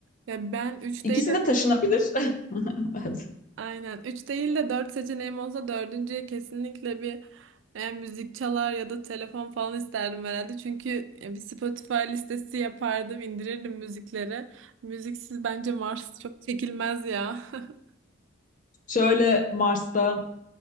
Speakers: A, on the right; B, on the left.
A: Ya ben 3
B: İkisi
A: değil
B: de taşınabilir. <laughs> Evet.
A: aynen 3 değil de 4 seçeneğim olsa dördüncüye kesinlikle bir e, müzik çalar ya da telefon falan isterdim herhalde. Çünkü e, bir Spotify listesi yapardım, indirirdim müzikleri. Müziksiz bence Mars çok çekilmez ya. <laughs>
B: Şöyle Mars'ta